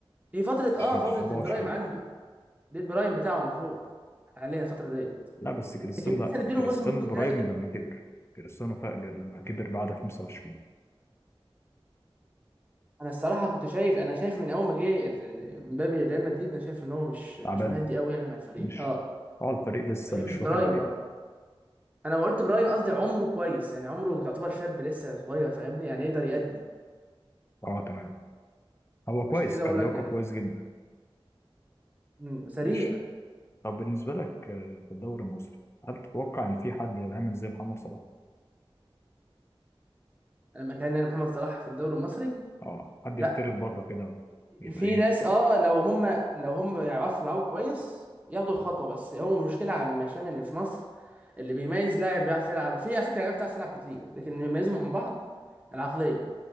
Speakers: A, on the right (about 15°); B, on the left (about 25°).
A: دي فتره اه
B: تقريبا
A: فتره
B: 24
A: البرايم عنده دي البرايم بتاعه المفروض حاليا الفتره ديت
B: لا بس كريستيانو
A: لكن
B: لا
A: لسه نديله
B: كريستيانو
A: موسم اتنين
B: البرايم
A: تلاته كده
B: لما كبر كريستيانو فاجر لما كبر بعد 25
A: انا الصراحه كنت شايف انا شايف من اول ما جه ال- امبابي ريال مدريد انا شايف ان هو مش مش
B: تعبان
A: مهدي قوي يعني مع الفريق
B: مش
A: اه
B: اه الفريق لسه
A: فايه
B: مش
A: مش برايم
B: واخد عليه
A: اه انا ما قلت برايم قصدي عمره كويس يعني عمره يعتبر شاب لسه صغير فاهمني يعني يقدر يأدي
B: اه تمام هو كويس
A: عشان كده
B: كلياقة
A: بقول لك يعني
B: كويس جدا
A: مم، سريع
B: ماشي طب بالنسبة لك آه، في الدوري المصري هل تتوقع ان في حد يبقى عامل زي محمد صلاح؟
A: لما كان يعني محمد صلاح في الدوري المصري
B: اه حد
A: لا
B: يحترف بره كده ويبقى
A: في
B: ايه
A: ناس اه لو هم لو هم يعرفوا يلعبوا كويس ياخدوا خطوه بس هو المشكله عم شامل اللي في مصر اللي بيميز لاعب بيعرف يلعب في على فكره لعيبه بتعرف تلعب كتير لكن اللي بيميزهم عن بعض العقليه